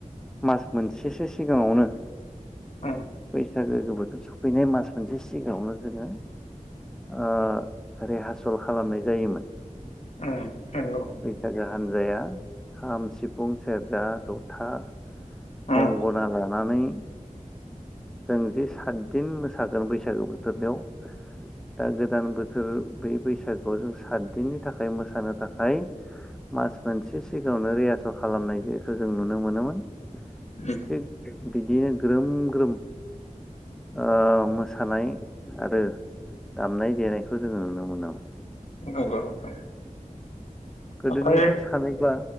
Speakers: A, in the centre; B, on the left.
A: मास मोनसेसो सिगाङावनो
B: उम
A: बैसागो बोथोर सफैनाय मास मोनसे सिगाङावनो जोङो ओ रिहारसल खालामनाय जायोमोन।
B: <unintelligible>
A: बैसागो हान्जाया खाम सिफुं सेरजा जथा।
B: उम
A: गंगना लानानै जों जि सातदिन मोसागोन बैसागो बोथोरनियाव दा गोदान बोथोर बेै बैसागोआव जों सातदिननि थाखाय मोसानो थाखाय मास मोनसे सिगाङावनो रिहासल खालामनाय इखौ जों नुनो मोनोमोन।
B: <unintelligible>
A: थिग बिदिनो ग्रोम ग्रोम ओ मोसानाय आरो दामनाय देनायखौ जोङो नुनो मोनो।
B: नंगौ नोंथां।
A: गोदोनिखौ
B: नाथाय
A: सानैब्ला